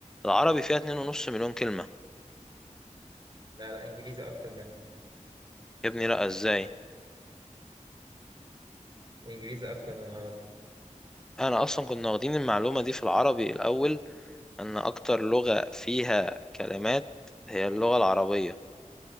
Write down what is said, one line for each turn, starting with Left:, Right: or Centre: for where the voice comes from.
Centre: العربي فيها 2.5 مليون كلمة
Right: لا لا إنجليزي أكتر منها
Centre: يا ابني لا ازاي
Right: إنجليزي أكتر من العربي
Centre: انا اصلا كنا واخدين المعلومة دي في العربي الاول ان اكتر لغة فيها كلمات هي اللغة العربية